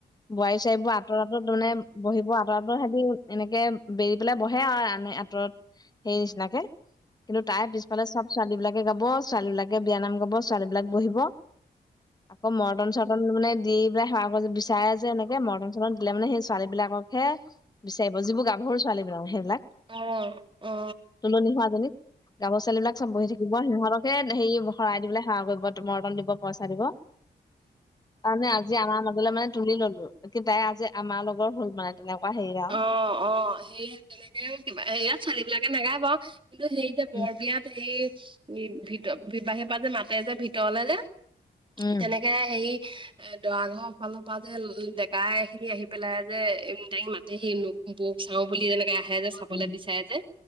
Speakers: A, on the left; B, on the right.
A: বোৱাৰী-চোৱাই বো। আঁতৰ-আতত যোনে বহিব আঁতৰ-আতত সিহতি এনেকে বেৰি পেলাই বহে আও আনে আঁতৰত। হেই নিচিনাকে। কিন্তু তাই পিছফালে চব ছোৱালী বিলাকে গাব, ছোৱালী বিলাকে বিয়া নাম গাব, ছোৱালী বিলাক বহিব। আকৌ মৰ্টন-চৰ্টন মানে দি পেলাই সেৱা কৰিব বিচাৰে। এনেকে মৰটন-চৰটন দিলে মানে সেই ছোৱালী বিলাককহে বিচাৰিব যিবোৰ গাভৰু ছোৱালী বিলাক সেইবিলাক।
B: অ, অ।
A: তুলনি হোৱা জনীক গাভৰু ছোৱালীবিলাক চব বহি থাকি। সিহঁতকে হেৰি শৰাই দিবলৈ সেৱা কৰিব মৰটন দিব, পইচা দিব। মানে আজি আমাৰ মাজলে মানে তুলি ললো। তাই আজি আমাৰ লগৰ হ'ল মানে তেনেকুৱা হেৰি। আৰু
B: অ, অ, হেৰি তেনেকে কিবা ইয়াত ছোৱালী বিলাকে নাগায় বাও। কিন্তু সেই যে বৰ
A: উম
B: বিয়াত সেই ভিত বিবাহীৰ পৰা যে মাতে যে ভিতৰলে যে।
A: উম
B: তেনেকে হেই। এ দৰা ঘৰৰ ফালৰ পৰা যে ডেকাই এখিনি আহি পেলাই যে। হেই বৌক চাও বুলি যেনেকে আহে যে, চাবলৈ
A: উম,
B: বিচাৰে যে,